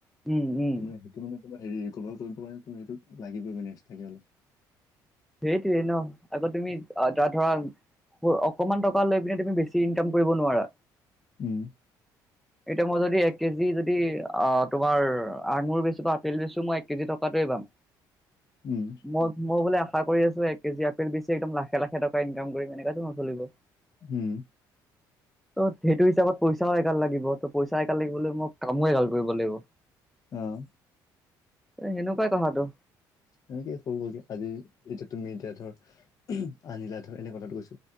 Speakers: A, in the centre; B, on the left (about 45°).
A: উম উম।
B: তোমাৰ সেইটো মানে কৰবাট হেৰি ৰিকভাৰ কৰিব তুমি সেইটো লাগিবই মানে একষ্টাকে অলপ।
A: সেইটোৱেই ন, আকৌ তুমি ধৰা মোৰ অকমান টকা লৈ পিনে তুমি বেছি ইনকাম কৰিব নোৱাৰা।
B: উম।
A: এতিয়া মই যদি এক কেজি যদি তোমাৰ আঙুৰ বেছো, বা আপেল বেছো, মই এক কেজি টকাটোৱেই পাম।
B: উম।
A: মই, মই বোলে আশা কৰি আছো, এক কেজি আপেল বেছি একদম লাখে, লাখে টকা ইনকাম কৰিম, এনেকেটো নচলিব।
B: উম।
A: অ, সেইটো হিচাপত পইচাও এগাল লাগিব ত। পইচা এগাল লাগিবলৈ, মই কামো এগাল কৰিব লাগিব।
B: অঁ।
A: সেনেকুৱাই কথাটো।
B: এনেয়েই হৈ গল, আজি এতিয়া তুমি এতিয়া ধৰ আঞ্জা ধৰ এনেই কথাটো কৈছো।